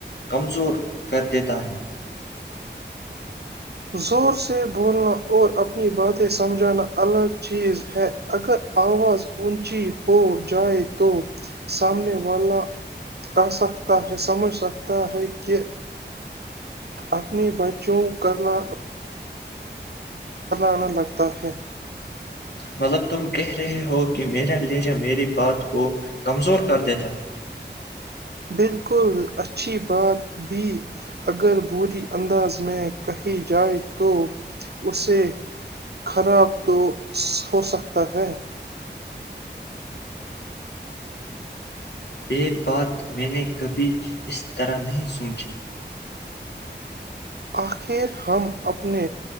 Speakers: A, on the left; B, on the right.
A: کمزور کر دیتا ہے
B: زور سے بولنا اور اپنی باتیں سمجھانا الگ چیز ہے اگر آواز اونچی ہو جائے تو سامنے والا آ سکتا ہے سمجھ سکتا ہے کہ اپنیوں بچوں کرنا آ لگتا ہے
A: مطلب تم کہہ رہے ہو کہ میرا لہجہ میری بات کو کمزور کر دیتا ہے
B: بالکل اچھی بات بھی اگر بری انداز میں کہی جائے تو اسے خراب تو ہو سکتا ہے
A: یہ بات میں نے کبھی اس طرح نہیں سوچھی
B: آخر ہم اپنے